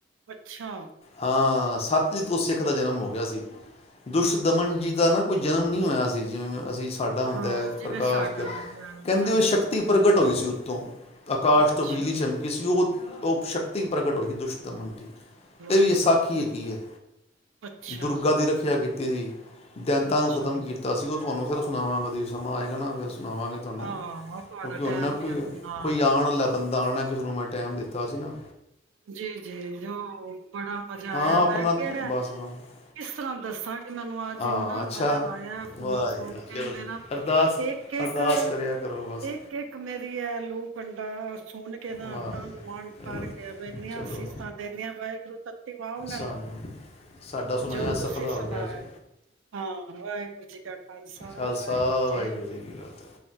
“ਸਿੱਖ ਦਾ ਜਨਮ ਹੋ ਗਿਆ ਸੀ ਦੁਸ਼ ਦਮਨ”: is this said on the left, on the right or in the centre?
Left